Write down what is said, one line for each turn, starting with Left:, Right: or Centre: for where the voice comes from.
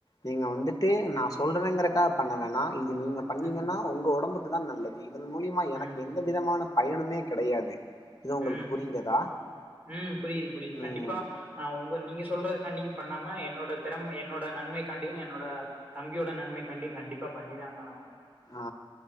Left: நீங்க வந்துட்டு நா சொல்றேங்கறக்கா பண்ண வேணா இது நீங்க பண்ணீங்கனா
Right: ம்
Left: ஒங்க ஓடம்புக்கு தான் நல்லது இதன் மூலியமா எனக்கு
Right: ம்
Left: எந்த விதமான பயனுமே கெடையாது இது ஒங்களுக்கு
Right: ம்
Left: புரிந்ததா
Right: ம் ம் புரியுது புரியுது கண்டிப்பா
Left: ம்
Right: ஆ ஒங்க நீங்க சொ சொல்றதுகாண்டியு பண்ணாம என்னோட திறம என்னோட நன்மைகாண்டியு என்னோட தம்பியோட நன்மைகாண்டியு கண்டிப்பா பண்ணி தாங்க ஆகனு
Left: ஆ